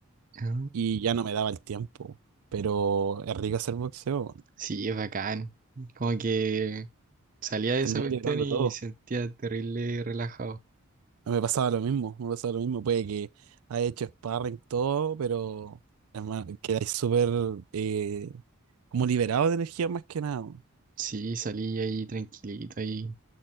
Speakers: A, on the right; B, on the right.
A: Ah,
B: y ya no me daba el tiempo. Pero es rico hacer boxeo.
A: sí, es bacán. Como que salía de
B: Terminé
A: esa cuestión
B: liberando
A: y
B: todo.
A: sentía terrible relajado.
B: No Me pasaba lo mismo, me pasaba lo mismo. Puede que haya hecho sparring todo, pero además quedáis súper eh, como liberado de energía más que nada.
A: Sí, salí ahí tranquilito, ahí